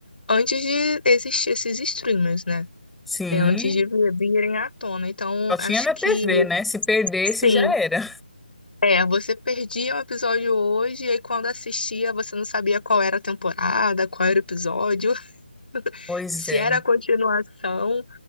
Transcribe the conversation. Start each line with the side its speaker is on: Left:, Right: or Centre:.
Left: antes de existir esses streamers, né?
Centre: Sim,
Left: É antes de vi- virem à tona. Então,
Centre: só tinha
Left: acho
Centre: na
Left: que
Centre: TV, né? Se perdesse,
Left: sim.
Centre: já era.
Left: É, você perdia o episódio hoje, e aí quando assistia, você não sabia qual era a temporada, qual era o episódio, <laughs>
Centre: Pois
Left: se
Centre: é.
Left: era a continuação,